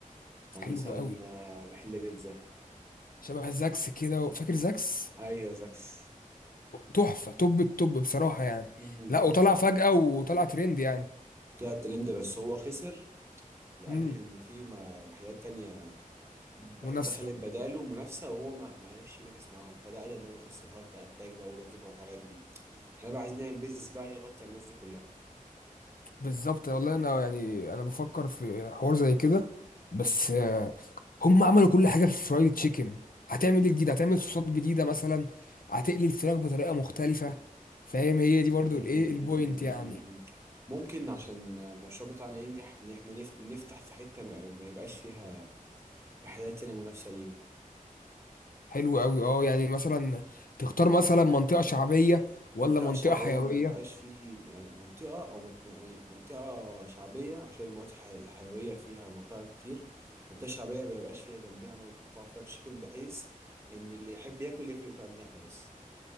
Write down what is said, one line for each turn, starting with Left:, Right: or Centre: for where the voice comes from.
Right: او مثلا
Left: حلو قوي
Right: آه، محل بيتزا
Left: شبه زاكس كده فاكر زاكس
Right: ايوه زاكس
Left: تحفة توب التوب بصراحة يعني
Right: م- م-
Left: لا وطلع
Right: م.
Left: فجأة وطلع ترند يعني
Right: طلع ترند بس هو خسر لاجل
Left: امم
Right: ان في م- محلات تانية ب-
Left: منافسة
Right: دخلت بداله منافسه وهو ما ما عرفش ينافس معاهم فده ادى ان هو خسر هارت اتاك بقى وبازوكا والحاجات دي احنا بقى عايزين نعمل بيزنس بقى يغطي على الناس دي كلها
Left: بالظبط والله انا يعني انا بفكر في حوار زي كده بس آه، هم عملوا كل حاجه في فرايد تشيكن هتعمل ايه جديد هتعمل صوصات جديده مثلا هتقلي الفراخ بطريقه مختلفه فاهم هي دي برضو
Right: م- م-
Left: الايه البوينت
Right: م-
Left: يعني
Right: م- م. ممكن عشان المشروع بتاعنا ينجح ان احنا نف- نفتح في حته ما ما يبقاش فيها محلات تانية منافسه لينا
Left: حلو قوي اه يعني مثلا تختار مثلا منطقه شعبيه ولا
Right: منطقة
Left: منطقه
Right: شعبية
Left: حيويه
Right: ما يبقاش فيه يعني منطقة أو م- يعني منطقة شعبية عشان المناطق الح- الحيوية فيها مطاعم كتير منطقة شعبية ما يبقاش فيها جنبها مطاعم فرايد تشيكن بحيث إن اللي يحب ياكل ياكل ياكل عندنا إحنا بس